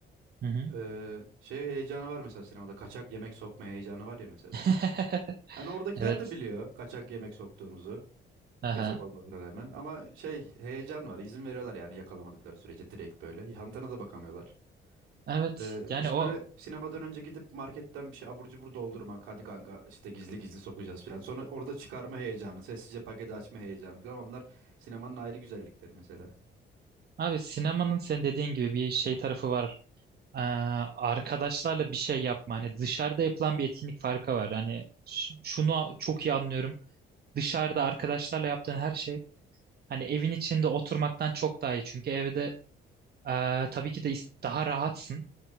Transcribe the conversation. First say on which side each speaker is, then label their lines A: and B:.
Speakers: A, on the right (about 50°); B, on the right (about 80°).
A: Hı hı.
B: eee, şey heyecanı var mesela sinemada. Kaçak yemek sokma heyecanı var ya mesela.
A: <laughs>
B: Hani oradakiler
A: Evet.
B: de biliyor kaçak yemek soktuğumuzu.
A: Aha.
B: Yasak olmasına rağmen ama şey heyecan var. İzin veriyorlar yani yakalamadıkları sürece direkt böyle. Hantana da bakamıyorlar.
A: Evet.
B: Ee,
A: Yani
B: biz
A: o
B: böyle sinemadan önce gidip marketten bir şey abur cubur doldurmak. Hadi kanka işte gizli gizli sokacağız falan. Sonra orada çıkarma heyecanı, sessizce paketi açma heyecanı falan. Onlar sinemanın ayrı güzellikleri mesela.
A: abi sinemanın sen dediğin gibi bir şey tarafı var. e, arkadaşlarla bir şey yapma. Hani dışarıda yapılan bir etkinlik farkı var. Hani ş- şunu çok iyi anlıyorum. Dışarıda arkadaşlarla yaptığın her şey hani evin içinde oturmaktan çok daha iyi. Çünkü evde e, tabii ki de is- daha rahatsın.